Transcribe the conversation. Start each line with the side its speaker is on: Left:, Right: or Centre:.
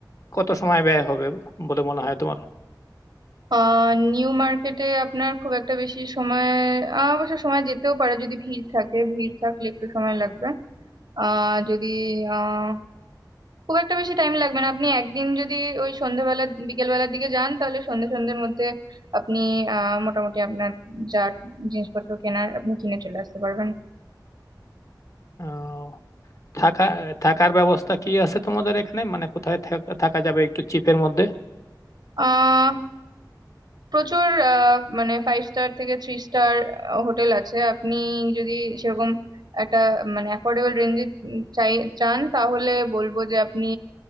Left: কত সময় ব্যয় হবে বলে মনে হয় তোমার
Right: আহ নিউ মার্কেটে আপনার খুব একটা বেশি সময় আহ, অবশ্য সময় যেতেও পারে যদি ভিড় থাকে ভিড় থাকলে একটু সময় লাগবে আহ যদি আহ খুব একটা বেশি টাইম লাগবে না আপনি একদিন যদি ওই সন্ধ্যেবেলা বিকেলবেলার দিকে যান তাহলে সন্ধ্যে সন্ধ্যের মধ্যে আপনি আহ মোটামুটি আপনার যা জিনিসপত্র কেনার আপনি কিনে চলে আসতে পারবেন
Left: আহ, থাকা থাকার ব্যবস্থা কি আছে তোমাদের এখানে মানে কোথায় থাক- থাকা যাবে একটু চিপের মধ্যে
Right: আহ প্রচুর আহ, মানে ফাইভ স্টার থেকে থ্রি স্টার হোটেল আছে আপনি যদি সেরকম একটা মানে অ্যাফোর্ডেবল রেঞ্জে চাই চান তাহলে বলবো যে আপনি